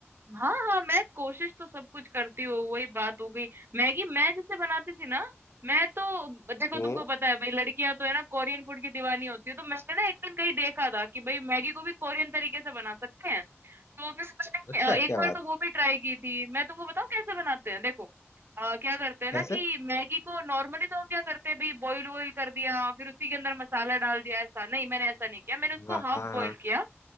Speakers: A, on the right; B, on the left.
A: हाँ हाँ मैं कोशिश तो सब कुछ करती हूँ वही बात हो गई मैगी मैं जैसे बनाती थी ना मैं तो देखो
B: हम्म
A: तुमको पता है भाई लड़कियां तो है ना कोरियन फूड की दीवानी होती है तो मैंने ना एक दिन कहीं देखा था कि भाई मैगी को भी कोरियन तरीके से बना सकते हैं तो फिर मैंने,
B: अच्छा
A: अ,
B: क्या
A: एक
B: बात
A: बार तो
B: है
A: वो भी ट्राई की थी मैं तुमको बताऊँ कैसे बनाते हैं देखो अ, क्या करते हैं
B: कैसे
A: ना कि मैगी को नॉर्मली तो हम क्या करते हैं भाई बॉईल वॉईल कर दिया फिर उसी के अंदर मसाला डाल दिया ऐसा नहीं मैंने ऐसा नहीं किया मैंने उसको
B: हाँ
A: हाफ
B: हाँ
A: बॉईल
B: हाँ
A: किया